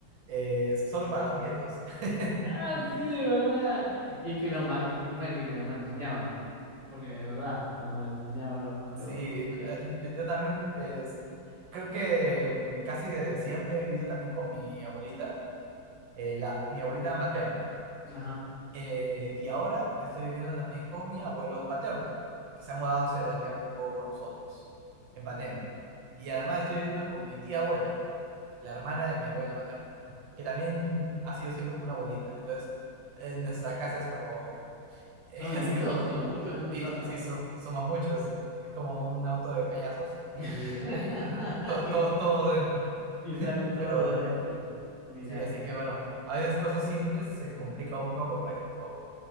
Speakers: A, on the right; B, on the left.
A: eh, solo para los nietos. <laughs>
B: Ah, sí, es verdad. Y que nos, ma- y que, bueno, y que nos mal enseñaban, porque de verdad, nos mal enseñaban los, los,
A: Sí, eh, yo, yo también eh, creo que mm, casi desde siempre he vivido también con mi abuelita, eh, la, mi abuelita materna.
B: ajá.
A: Eh, y ahora estoy viviendo también con mi abuelo paterno, que se ha mudado hace relativamente poco con nosotros, en pandemia. Y además estoy viviendo con mi tía abuela, la hermana de mi abuela materna, que también ha sido siempre como una abuelita. Entonces, eh, nuestra casa es como <laughs> es
B: Son muchos,
A: así un...
B: son muchos en tu
A: Sí,
B: casa.
A: sí, so- somos muchos. Es como un auto de payasos y
B: <laughs>
A: relle- <laughs> todo,
B: Y,
A: todo, todo dentro.
B: y salen todos
A: Pero
B: de adentro. Mira.
A: sí, así que bueno, a veces cosas simples se complica un poco. Por ejemplo,